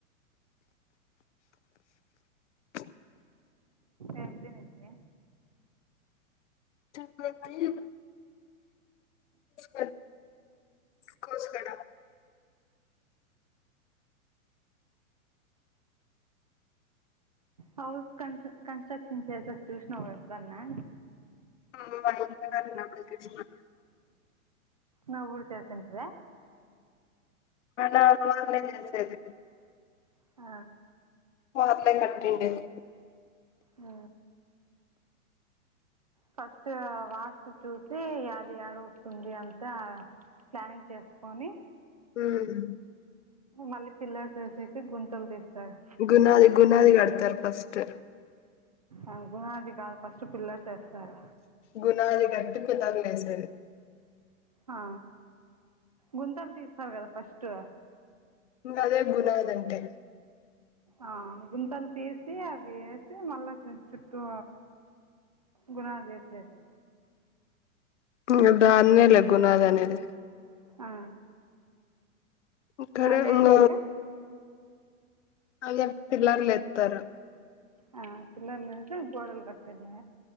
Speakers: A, on the left; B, on the right.
A: హు
B: ఏం <unintelligible> టివే
A: <unintelligible> ఉన్నాయి తీస్కో కోస్కడా
B: హౌస్ కన్ కన్స్ట్రక్షన్ చేసేది చూసినవా ఎప్పుడన్నా
A: ఆ <unintelligible> ఇంటికాడ ఉన్నపుడు చూసినా
B: నా ఊర్ చూసుంటివా
A: నాక్ మా అన్నే తెచ్చేది
B: ఆ
A: మా అన్నాయి కట్టిండేది
B: హు ఫస్ట్ వాస్తు చూసి అది యాడ వస్తుంది అంతా ప్లానింగ్ చేసుకొని
A: హుమ్
B: మళ్ళీ పిల్లర్ చేసేసి గుంతలు తీస్తారు
A: గునాది గునాది కడతారు ఫస్ట్
B: ఆ గు అది కాదు ఫస్ట్ పిల్లర్స్ ఏస్తారు
A: గుణ అది గట్టుకు కుదర్లు ఏసేది
B: ఆ గుంతలు తీస్తారు కదా ఫస్ట్
A: ఇంగ అదే బునాదంటే
B: ఆ గుంతలు తీసి అవి యేసి మళ్ళా చుట్టూ గునాలుదీసేది
A: ఇంగ దాన్నే లే గునాది అనేది
B: ఆ
A: ఒక్కరే
B: అదే
A: ఇంగ
B: అయినాక
A: అదయ్యాక పిల్లరు లేప్తరు
B: ఆ పిల్లర్ లేస్తే గోడల్ గట్టదే